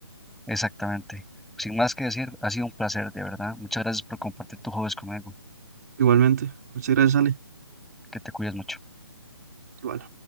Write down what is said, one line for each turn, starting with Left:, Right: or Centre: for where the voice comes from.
Centre: exactamente. Sin más que decir, ha sido un placer, de verdad. Muchas gracias por compartir tus hobbies conmigo.
Right: Igualmente. Muchas gracias, Ale.
Centre: Que te cuides mucho.
Right: Igual.